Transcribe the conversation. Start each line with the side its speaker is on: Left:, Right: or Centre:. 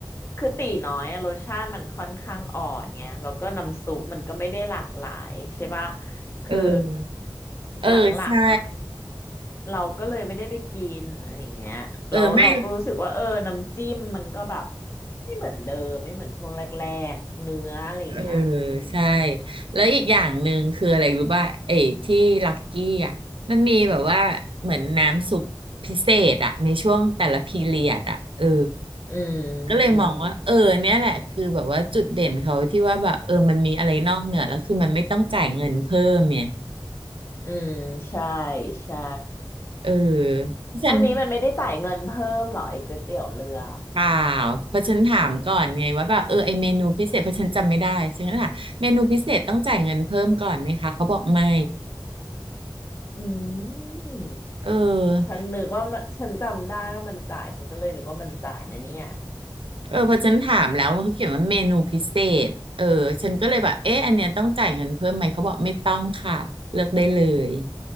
Left: คือตีน้อยอะรสชาติมันค่อนข้างอ่อนไงแล้วก็น้ำซุปมันก็ไม่ได้หลากหลายใช่ปะคือ
Right: <laughs> เออเออใช่
Left: หลังๆอ่ะเราก็เลยไม่ได้ไปกินอะไรอย่างเงี้ยแล้วเราก็รู้สึกว่าเออน้ำจิ้มมันก็แบบ
Right: เออไม่
Left: ไม่เหมือนเดิมไม่เหมือนช่วงแรกๆเนื้ออะไรอย่างเงี้ยอืม
Right: เออใช่แล้วอีกอย่างหนึ่งคืออะไรรู้ป่ะไอ้ที่ลักกี้อ่ะมันมีแบบว่าเหมือนน้ำซุปพิเศษอ่ะในช่วงแต่ละพีเรียดอ่ะเออ
Left: อืม
Right: ก็เลยมองว่าเออเนี่ยแหละคือแบบว่าจุดเด่นเขาที่ว่าแบบเออมันมีอะไรนอกเหนือแล้วคือมันไม่ต้องจ่ายเงินเพิ่มเนี่ย
Left: อืมอืมใช่ใช่
Right: เออเพราะฉัน
Left: อันนี้มันไม่ได้จ่ายเงินเพิ่มเหรอไอ้ก๋วยเตี๋ยวเรือ
Right: เปล่าเพราะฉันถามก่อนไงว่าแบบเออไอเมนูพิเศษเพราะฉันจำไม่ได้ฉันก็ถามเมนูพิเศษต้องจ่ายเงินเพิ่มก่อนไหมคะเขาบอกไม่
Left: อืม
Right: เออ
Left: ฉันนึกว่ามันฉันจำได้ว่ามันจ่ายฉันก็เลยนึกว่ามันจ่ายนะเนี่ย
Right: เออพอฉันถามแล้วเขาเขียนว่าเมนูพิเศษเออฉันก็เลยแบบเอ๊ะอันเนี้ยต้องจ่ายเงินเพิ่มไหมเขาบอกไม่ต้องค่ะเลือกได้เลย